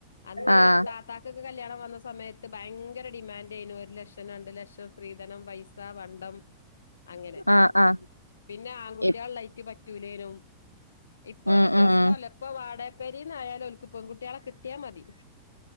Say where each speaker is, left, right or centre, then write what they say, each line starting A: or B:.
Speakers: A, on the left; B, on the left.
A: അന്ന്
B: ആഹ്
A: താത്ത കൊക്ക് കല്യാണം വന്ന സമയത്ത് ഭയങ്കര ഡിമാൻന്റെനു ഒരു ലക്ഷം രണ്ട് ലക്ഷം സ്ത്രീധനം പൈസ പണ്ടം അങ്ങനെ
B: ആഹ് ആഹ്
A: പിന്നെ ആൺകുട്ടികൾ
B: ഇപ്
A: ല്ലായ്റ്റ് പറ്റൂലേനും ഇപ്പൊ
B: ഉം
A: ഒരു പ്രശ്നോ
B: ഉം
A: ല്ല ഇപ്പൊ വാടാപ്പേരിന്ന്യാലും ഓൽക്ക് പെൺകുട്ട്യേളെ കിട്ടിയാ മതി.